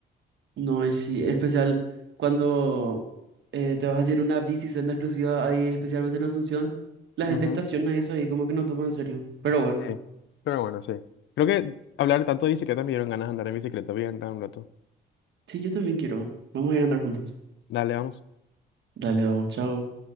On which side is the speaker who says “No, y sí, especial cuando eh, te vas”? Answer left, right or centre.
Right